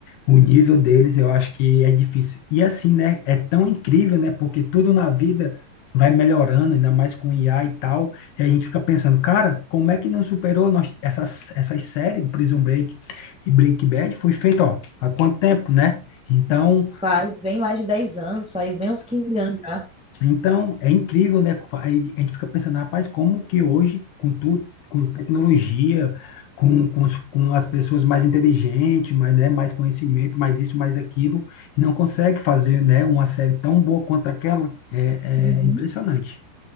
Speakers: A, on the left (about 85°); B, in the centre.
A: O nível deles eu acho que é difícil. E assim, né? É tão incrível, né? Porque tudo na vida vai melhorando, ainda mais com IA e tal. E a gente fica pensando, cara, como é que não superou nós, essas, essas séries, Prison Break e Breaking Bad, foi feito, ó, há quanto tempo, né? Então,
B: Faz bem mais de 10 anos, faz bem uns quinze anos já.
A: então, é incrível, né? Aí a gente fica pensando, rapaz, como que hoje, com tudo, com tecnologia, com, com, os- com as pessoas mais inteligentes, mais, né, mais conhecimento, mais isso, mais aquilo, não consegue fazer, né, uma série tão boa quanto aquela? É,
B: Uhum.
A: é impressionante.